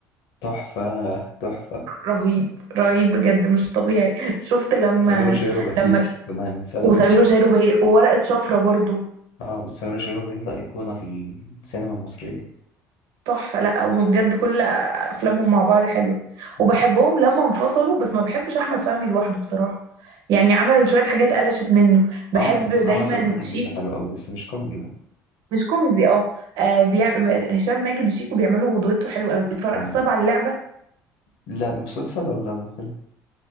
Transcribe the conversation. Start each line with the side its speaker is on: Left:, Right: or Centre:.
Left: تحفة تحفة
Right: رهيب رهيب بجد مش طبيعي شفت لما
Left: سمير وشهير وبهير
Right: لما
Left: كنا هننساه ده
Right: وسمير
Left: ما ينفعش.
Right: وشهير وبهير وورقه شفره برضو
Left: اه بس سمير وشهير وبهير ده ايقونة في السينما المصرية
Right: تحفه لا هم بجد كل افلامهم مع بعض حلوه
Left: آه.
Right: وبحبهم لما انفصلوا بس ما بحبش احمد فهمي لوحده بصراحه يعني عمل شويه حاجات قلشت منه بحب
Left: وعمل بس
Right: دايما
Left: عمل سفاح الجيزة
Right: شيكو
Left: حلو أوي بس مش كوميدي بقى
Right: مش كوميدي اه آه، بيع... هشام ماجد وشيكو بيعملوا دويتو حلو قوي اتفرجت
Left: آه.
Right: طبعا على اللعبه
Left: لا مسلسل ولا فيلم